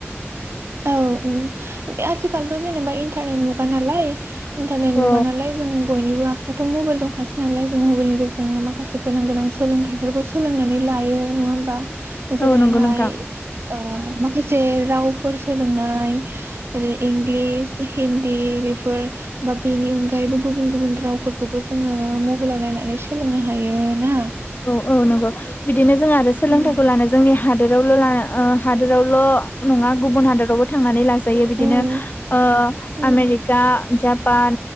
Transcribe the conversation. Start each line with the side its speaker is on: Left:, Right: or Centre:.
Right: औ ओम आजखालथ जेनेबा इन्टारनेट न खानालाय इन्टारनेट
Left: औ
Right: मुगा नालाय जों बयनिबो आखायावथ मबाइल दंखासै नालाय जों मबाइलनि <unintelligible> जोंनो माखासे गोनां गोनां सोलोंथाइफोरखौ सोलोंनानै लायो नङा होमबा?
Left: औ
Right: जेरै
Left: नंगौ
Right: हाय
Left: नोंथां
Right: ओ माखासे राव <unintelligible> सोलोंनाय ओरै इंलिस, हिन्दी बेफोर बा बेनि अनगायैबो गुबुन गुबुन रावफोरखौबो जोङो मबाइलाव नायनानै सोलों फोरोंनो हायो ना ।
Left: औ ओ नंगौ ‌ <unintelligible> बिदिनो जों आरो सोलोंथाइखौ
Right: उम
Left: लानो जोंनि हादोरावल' ला ओ हादोरावल' नङा गुबुन हादोराव थांनानै <unintelligible> जायो बिदिनो
Right: उम
Left: ओ
Right: उम
Left: आमेरिका, जापान